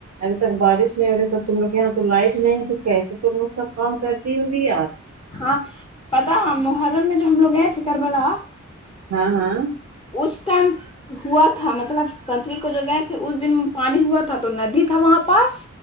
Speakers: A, on the right; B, on the left.
A: ابھی تک بارش نہیں ہو رہی تو تم لوگ یہاں تو لائٹ نہیں ہے تو کیسے تم لوگ سب کام کرتی ہوگی یار
B: ہاں پتہ ہے محرم میں جو ہم لوگ گئے تھے کربلا
A: ہاں ہاں
B: اس ٹائم ہوا تھا مطلب ستو کو جو گئے تھے اس دن پانی ہوا تھا تو ندی تھا وہاں پاس